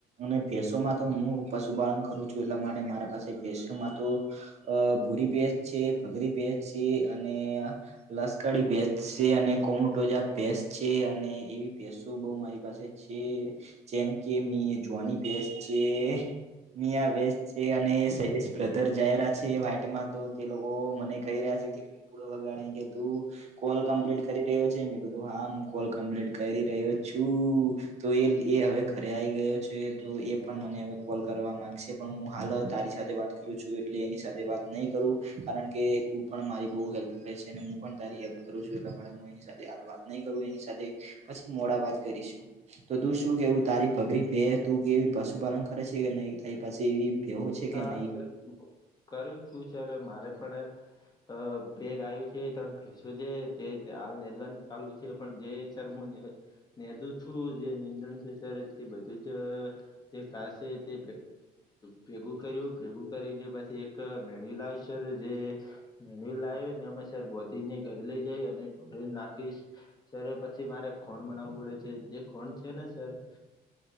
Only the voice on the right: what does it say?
અને ભેસોમાં તો હું પશુપાલન કરું છું એટલા માટે મારા પાસે ભેસોમાં તો. અ ભૂરી ભેજ છે ભગરી ભેજ છે. અને લશકાડી ભેજ. છે અને કોમોટો જે ભેસ છે અને એવી ભેસો બહ મારી પાસે છે. જેમ કે મ જોની બેસ છે મિયા બેચ છે અને શૈલેષ- બ્રધર જઈ રહ્યા છે વાાઈટમાં તો તે લોકો મને કહી રહ્યા છે. પૂડ વગાડ કે તું. કોલ કમ્પ્લીટ કરી રહ્યો છે મેં કીધું હા હું કોલ કમ્પ્લીટ કરી રહ્યો છું. તો એ એ હવે ઘરે આવી ગયો છે તો એ પણ મને હવે કોલ કરવા માગશે પણ હું હાલ તારી સાથે વાત. છું એટલે એની સાથે વાત નહી કરું કારણ કે તું પણ મારી બઉ હેલ્પ કરે છે અને હું પણ તારી હેલ્પ. કરું છું એટલા માટે હું એની સાથે હાલ વાત નહી કરું એની સાથે પછી મોડા વાત કરીશું. તો તું શું કેવું તારી પગરી પે તું કે એવી પશુપાલન કરે છે કે નહીં તારી પાસે એવી. ભેહો છે
કે નહી